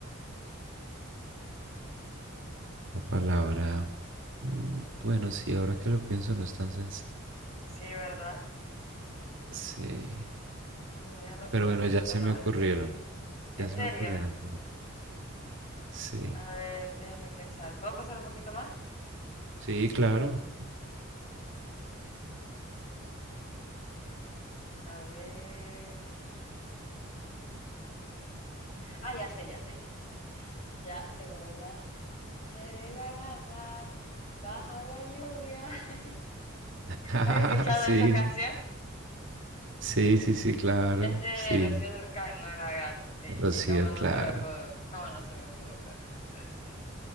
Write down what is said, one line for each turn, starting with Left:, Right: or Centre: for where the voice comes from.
Right: La palabra...
Left: lluvia, lluvia.
Right: mm, Bueno, sí, ahora que lo pienso no es tan sencillo.
Left: Sí, ¿verdad?
Right: Sí.
Left: Mm, Déjame pensar
Right: Pero bueno,
Left: un poquito
Right: ya se
Left: más.
Right: me ocurrieron.
Left: ¿En
Right: Ya se
Left: serio?
Right: me ocurrieron dos. Sí.
Left: A ver, déjame pensar. ¿Puedo pensar un poquito más?
Right: Sí, claro.
Left: A ver. Ah, ya sé, ya sé, ya sé. cuál. Ya tengo una. Seré la gata bajo la lluvia. <laughs>
Right: <laughs>
Left: ¿Has escuchado
Right: Sí.
Left: esa canción?
Right: Sí, sí, sí, claro.
Left: Es de
Right: Sí.
Left: Rocío Durcal, no la gata. Sí,
Right: Rocío,
Left: sí, cómo no
Right: claro.
Left: se me pudo, cómo no se me pudo ocurrir, no puede ser.